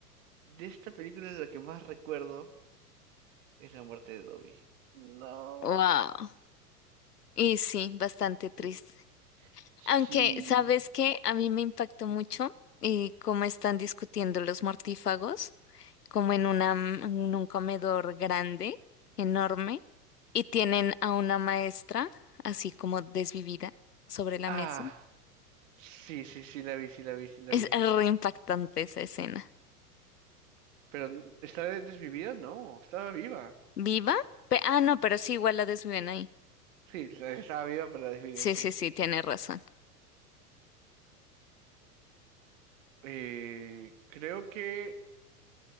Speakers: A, on the right (about 50°); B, on the left (about 75°).
A: de esta película lo que más recuerdo es la muerte de Dobby. No.
B: Wow. Y sí, bastante triste.
A: Mm, Sí.
B: Aunque, ¿sabes qué? A mí me impactó mucho y cómo están discutiendo los mortífagos, como en una, en un comedor grande, enorme, y tienen a una maestra, así como desvivida, sobre la
A: Ah,
B: mesa.
A: sí, sí, sí, la vi, sí, la vi, sí, la
B: Es
A: vi.
B: re impactante esa escena.
A: Pero, mm, ¿estaba desvivida? No, estaba viva.
B: ¿Viva? Pe- ah, no, pero sí, igual la desviven ahí.
A: Sí, <laughs> la- estaba viva, pero la desviven,
B: Sí,
A: sí.
B: sí, sí, tiene razón.
A: Eh, creo que